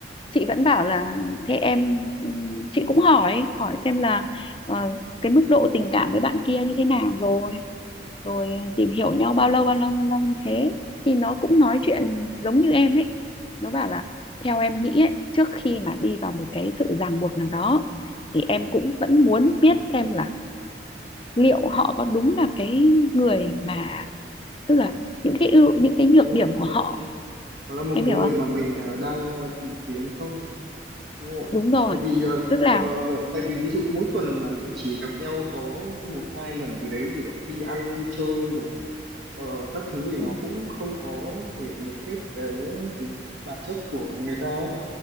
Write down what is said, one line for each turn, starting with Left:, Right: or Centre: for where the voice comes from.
Left: chị vẫn bảo là thế em ừm, chị cũng hỏi hỏi xem là ờ, cái mức độ tình cảm với bạn kia như thế nào rồi rồi tìm hiểu nhau bao lâu bao lâu bao lâu như thế thì nó cũng nói chuyện giống như em ấy nó bảo là theo em nghĩ ấy, trước khi mà đi vào một cái sự ràng buộc nào đó thì em cũng vẫn muốn biết xem là liệu họ có đúng là cái người mà tức là những cái ưu những cái nhược
Right: đúng
Left: điểm
Right: rồi
Left: của
Right: cũng
Left: họ
Right: có là một
Left: em hiểu
Right: người
Left: không
Right: mà mình ờ, đang ờ, tìm kiếm không đúng không ạ
Left: đúng rồi
Right: tại vì ờ,
Left: tức là
Right: ờ, tại vì ví dụ mỗi tuần mà chỉ gặp nhau có một hai lần gì đấy chỉ gọi đi ăn đi chơi rồi ờ, các thứ thì
Left: ừ,
Right: nó cũng không có thể hiện được hết cái bản chất của người ta